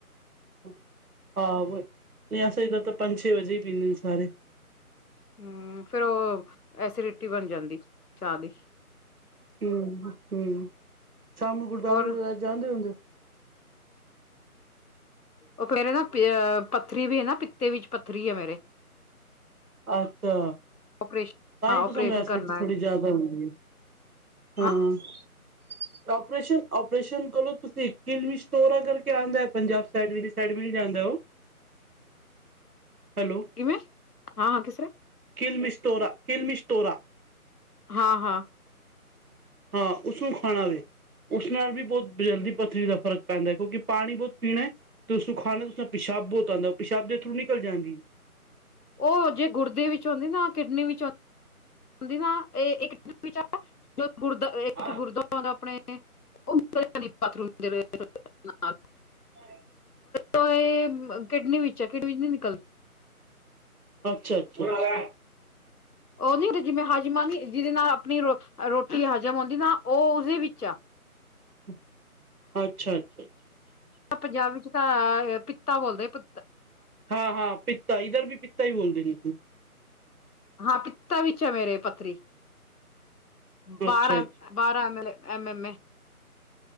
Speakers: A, on the right; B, on the left.
A: ਹਹ ਉਹ ਨਹੀਂ ਸਹੀ ਗੱਲ ਤਾਂ ਪੰਜ ਛੇ ਵਜੇ ਹੀ ਪੀਦੇ ਸਾਰੇ
B: ਹਮ ਫੇਰ ਉਹ ਐਸੀਡੀਟੀ ਬਣ ਜਾਂਦੀ ਚਾਹ ਦੀ
A: ਹਮ ਹਮ ਸ਼ਾਮ ਨੂੰ ਗੁਰਦੁਆਰੇ
B: ਹੋਰ
A: ਜਾਂਦੇ ਹੁੰਦੇ ਹੋ
B: ਉਹ ਮੇਰੇ ਨਾ ਪੱਥਰੀ ਵੀ ਹੈ ਨਾ ਪਿੱਤੇ ਵਿੱਚ ਪੱਥਰੀ ਹੈ ਮੇਰੇ
A: ਅੱਛਾ
B: ਓਪਰੇਸ਼ਨ
A: ਤਾਂ
B: ਹਾਂ
A: ਹੀ ਤਾਂ
B: ਓਪਰੇਸ਼ਨ
A: ਸਾਨੂੰ ਐਸਸੀਡੀਟੀ
B: ਕਰਨਾ
A: ਥੋੜੀ
B: ਹੈ
A: ਜਿਆਦਾ ਹੁੰਦੀਹੈ ਹਾਂ
B: ਹਾਂ
A: ਆਪਰੇਸ਼ਨ ਆਪਓਰੇਸ਼ਨ ਕਲੋ ਤੁਸੀਂ ਕਿਸ ਦੋਰਾ ਕਰਕੇ ਆਉਂਦਾ ਪੰਜਾਬ ਸਾਈਡ ਸਡ ਮਿਲ ਜਾਂਦਾ ਉਹ ਹੈਲੋ
B: ਕਿਵੇਂ ਹਾਂ ਹਾਂ ਕਿਸ ਤਰ੍ਹਾਂ
A: ਕਿਲ ਮਿਸਟੋਰਾ ਕਿਲ ਮਿਸਟੋਰਾ
B: ਹਾਂ-ਹਾਂ,
A: ਹਾਂ ਉਸਨੂੰ ਖਾਣਾ ਵ ਉਸ ਨਾਲ ਵੀ ਬਹੁਤ ਜਲਦੀ ਪਥਰੀ ਦਾ ਫ਼ਰਕ ਪੈਂਦਾ ਹੈ ਕਿਉਂਕਿ ਪਾਣੀ ਬਹੁਤ ਪੀਣਾ ਤੇ ਉਸਨੂੰ ਖਾਣਾ ਉਸ ਪਿੱਛਾ ਪਿਸ਼ਾਬ ਬਹੁਤ ਆਦਾ ਉਹ ਪਿਸ਼ਾਬ ਦੇ ਥਰੂ ਨਿਕਲ ਜਾਂਦੀ
B: ਉਹ ਜੇ ਗੁਰਦੇ ਵਿੱਚ ਆਦੀ ਨਾ ਕਿਡਨੀ ਵਿੱਚ ਆਦੀ ਹਦੀ ਨਾ ਇਹ ਇੱਕ ਵਿਚ ਜੋ ਗੁਰ ਇੱਕ
A: ਹਾਂ
B: ਗੁਰਦੁਵਾਰਾ ਆਪਣੇ ਉਹ ਨਿਕਲ ਜਾਂਦੀ ਹ ਬਾਥਰੂਮ ਦੀ ਰਾਹ।
A: ਹਾਂ
B: ਰੋ ਇਹ ਕਿਡਨੀ ਵਿਚ ਹੈ ਕਿਡਨੀ ਵਿਚ ਨਿਕਲਦੀ
A: ਅੱਛਾ-ਅੱਛਾ
B: ਉਹ ਨੀ ਜਿਵੇਂ ਹਜ਼ਮਾਂ ਨ ਜਿਹਦੇ ਨਾਲ ਆਪਣੀ ਰ ਰੋਟੀ ਹਜ਼ਮ ਆਉਂਦੀ ਨਾ ਉਹ ਉਸਦੇ ਵਿੱਚ ਆ
A: ਅੱਛਾ-ਅੱਛਾ-ਅੱਛਾ
B: ਪੰਜਾਬੀ ਚ ਤਾਂ ਪਿਤਾ ਬੋਲਦੇ ਪੁ
A: ਹਾਂ-ਹਾਂ ਪਿਤਾ ਇੱਧਰ ਵੀ ਪਿੱਤਾ ਹੀ ਬੋਲਦੇ ਨੇ
B: ਹਾਂ ਪਿਤਾ ਵਿੱਚ ਹੈ ਮੇਰੇ ਪੱਥਰੀ ਬਾਰਾਂਮ
A: ਅੱਛਾ ਅੱਛਾ
B: ਬਾਰਾਂ M L A M M A